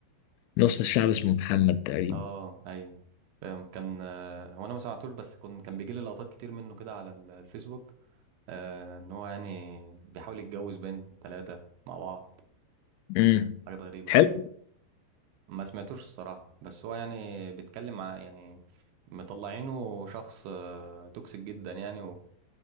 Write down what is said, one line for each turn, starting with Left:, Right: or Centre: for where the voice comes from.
Left: نص الشعب اسمه محمد تقريبا
Right: اه ايوه فاهم. كان آه، هو انا ما سمعتوش بس كنت كان بيجي لي لقطات كتير منه كده على ال- الفيسبوك آه ان هو يعني بيحاول يتجوز بين ثلاثه مع بعض
Left: امم
Right: حاجات غريبه
Left: حلو
Right: ما سمعتوش الصراحة بس هو يعني بيتكلم عن يعني مطلعينه شخص آه، توكسيك جدا يعني